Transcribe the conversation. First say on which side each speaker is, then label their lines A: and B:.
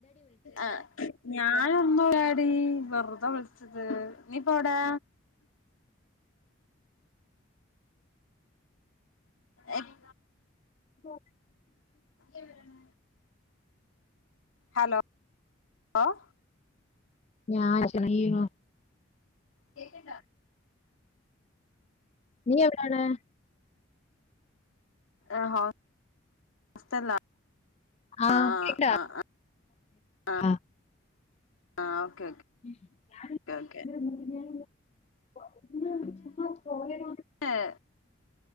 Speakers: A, on the left; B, on the left.
A: ആഹ് ഞാനൊന്നുല്ലാടി വെർത വിൾച്ചത് നീപ്പവ്ടേ ഇപ്
B: <unintelligible>
A: എവിടാണ് ഹലോ ഓഹ്
B: ഞാൻ <unintelligible>
A: കേക്ക്ണ്ടാ
B: നീ എവ്ടാണ്
A: ഞാൻ ഹോസ്റ്റൽലാ
B: ആ
A: ആഹ്
B: കേക്ക്ണ്ടാ
A: ആഹ് ആഹ് ആഹ്
B: ആ
A: ആഹ് ഓക്കെ ഓക്കെ
B: <unintelligible>
A: ഓക്കെ ഓക്കെ
B: ചുമ്മാ പോയതോണ്ട്
A: ഏഹ്